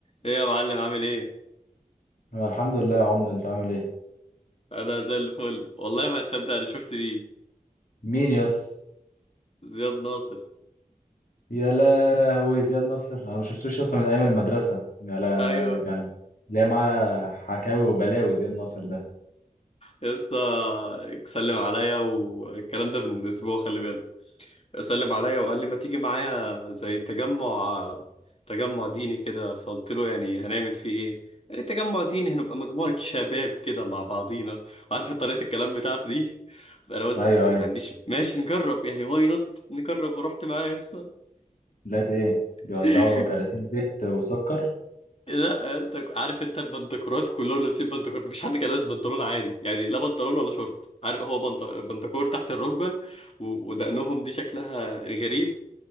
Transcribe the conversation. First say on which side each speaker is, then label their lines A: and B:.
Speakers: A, on the left (about 45°); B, on the left (about 70°).
A: ايه يا معلم عامل ايه؟
B: أنا الحمد لله يا عمده انت عامل ايه
A: انا زي الفل والله ما هتصدق انا شفت مين
B: مين يس
A: زياد ناصر
B: يا لهوي زياد نصر انا ما شفتوش يس من ايام المدرسه يا لا
A: ايوه
B: يعني ليه معاه حكاوي وبلاوي زياد نصر ده
A: يا اسطى سلم عليا والكلام ده من اسبوع خلي بالك سلم عليا وقال لي ما تيجي معايا زي تجمع تجمع ديني كده فقلت له يعني هنعمل فيه ايه؟ يعني تجمع ديني هنبقى مجموعة شباب كده مع بعضينا عارف طريقة الكلام بتاعته دي فانا قلت
B: ايوه
A: يعني
B: ايوه
A: ما عنديش ماشي نجرب يعني واي نوت نجرب ورحت معايا يا اسطى
B: لقيت ايه بيوزعوا
A: <laughs>
B: كراتين زيت وسكر
A: لا انت ك- عارف انت البنتكورات كلهم لابسين بنتكور مفيش حد كان لابس بنطلون عادي يعني لا بنطلون ولا شورت عارف هو بنط... بنتكور تحت الركبه و... ودقنهم دي شكلها غريب